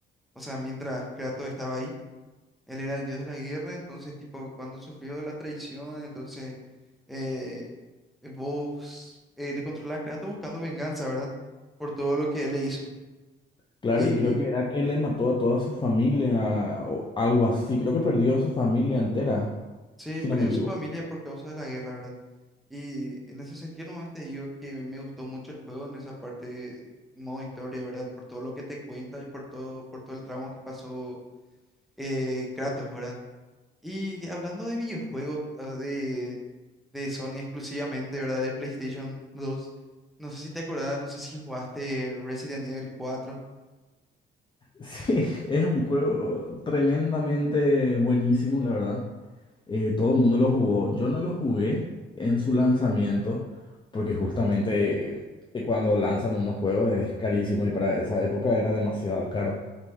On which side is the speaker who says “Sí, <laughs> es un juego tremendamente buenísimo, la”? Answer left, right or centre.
Left